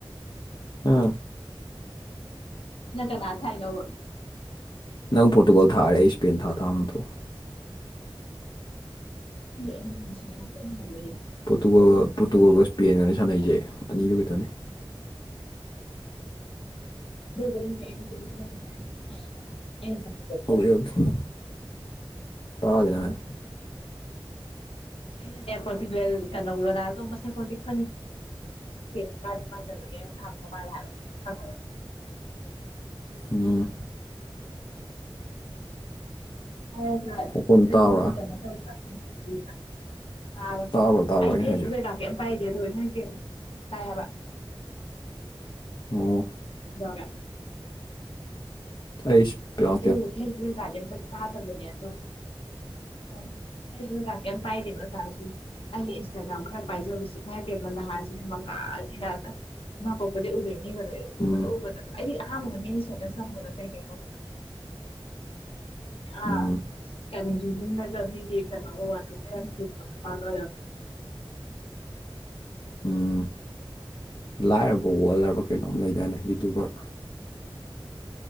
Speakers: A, on the left; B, on the left.
A: ꯎꯝ
B: ꯅꯪ ꯀꯅꯥ ꯊꯥꯏꯅꯣꯕ
A: ꯅꯪ ꯄꯣꯔꯇꯨꯒꯥꯜ ꯊꯥꯔꯦ ꯑꯩ ꯏꯁꯄꯦꯟ ꯊꯥ ꯊꯥ ꯇꯥꯕ ꯅꯠꯇ꯭ꯔꯣ
B: <unintelligible>
A: ꯄꯣꯠꯇꯨꯒ ꯄꯣꯠꯇꯨꯒꯜ ꯏꯁꯄꯦꯟꯒꯅꯤ ꯁꯥꯟꯅꯩꯁꯦ ꯑꯅꯤꯗꯨ ꯈꯛꯇꯅꯦ
B: <unintelligible>
A: ꯑꯣꯒꯦ ꯒꯦ ꯇꯥꯗꯦ ꯅꯪ ꯍꯥꯢꯗꯣ
B: ꯑꯩꯅꯅꯦ ꯄꯣꯔꯇꯩꯒꯜ ꯀꯩꯅꯣ ꯔꯣꯅꯥꯥꯜꯗꯣ ꯃꯁꯛ ꯄꯣꯛꯇꯤ ꯈꯪꯉꯤ <unintelligible> ꯀꯖꯨ ꯀꯖꯕꯒꯤ ꯍꯪꯕ ꯃꯥꯂꯦ ꯈꯪ ꯈꯪꯅ
A: ꯎꯝ
B: <unintelligible>
A: ꯃꯈꯣꯟ
B: ꯀꯩꯅꯣ
A: ꯇꯥꯕ꯭ꯔꯥ
B: ꯇꯧꯕ <unintelligible> ꯥ <unintelligible>
A: ꯇꯥꯕ꯭ꯔꯥ ꯇꯥꯕ꯭ꯔꯥ
B: ꯑꯩ
A: ꯑꯩꯅ
B: ꯐꯦꯁꯕꯨꯛ
A: ꯍꯥꯏꯁꯦ
B: ꯀꯩꯀ ꯀꯩꯝ ꯄꯥꯏꯗꯦ ꯑꯗꯨ ꯏꯃꯥꯢꯄꯦꯃ ꯄꯥꯢꯍꯥꯢꯕ
A: ꯑꯣ
B: ꯀꯩꯗꯧꯔꯒꯦ
A: ꯑꯁ ꯄꯦ
B: ꯑꯩꯦꯕꯨ ꯀꯥꯖꯝꯇ ꯀꯥ ꯇ ꯗꯨꯅꯌꯥ ꯆ ꯑ ꯀꯩ ꯀꯥꯀꯦꯦꯝ ꯄꯥꯏꯗꯕ ꯆꯥꯁꯨ ꯑꯩꯒꯤ ꯏꯟꯁꯇꯥꯒ꯭ꯔꯥꯝ ꯈꯔ ꯄꯥꯏꯖꯕꯁꯤꯚ ꯄꯦꯝꯃ ꯅꯍꯥꯟꯁꯤꯅ ꯃꯉꯥꯜꯒꯤꯔ ꯃꯥ ꯀꯣꯛꯄꯗꯤ ꯎꯗ꯭ꯔꯦ ꯃꯤꯒꯗꯣ ꯎꯕꯗ
A: ꯎꯝ
B: ꯎꯕꯗ ꯑꯩꯗꯤ ꯑꯍꯥꯟꯕꯗ ꯃꯤꯅ ꯁꯣꯗꯅ ꯆꯪꯕꯗ ꯀꯩ ꯀꯩꯅꯣ ꯥ <unintelligible>
A: ꯎꯝ
B: ꯀꯒ ꯌꯦ ꯀꯅ ꯋꯥ ꯌꯥꯝ ꯊꯔ ꯄꯦ
A: ꯎꯝ ꯂꯥꯏꯔꯕ ꯋꯥꯜꯂ ꯍꯥꯏꯕꯔꯥ ꯀꯩꯅꯣꯝ ꯂꯩꯗꯥꯅꯦ ꯌꯨꯇ꯭ꯌꯨꯕꯔ